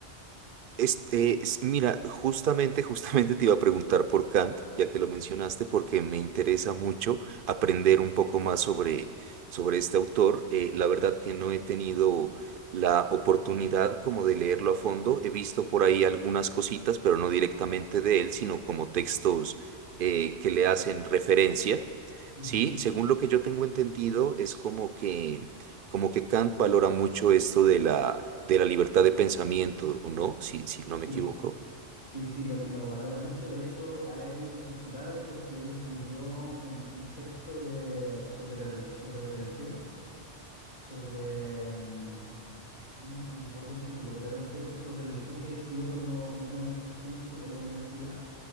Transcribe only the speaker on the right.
Este, es- mira, justamente, justamente te iba a preguntar por Kant, ya que lo mencionaste, porque me interesa mucho aprender un poco más sobre, sobre este autor. Eh, la verdad que no he tenido la oportunidad como de leerlo a fondo. He visto por ahí algunas cositas, pero no directamente de él, sino como textos eh, que le hacen referencia.
Sí, según lo que yo tengo entendido, es como que como que Kant valora mucho esto de la, de la libertad de pensamiento, ¿o no? Si, si no me
equivoco.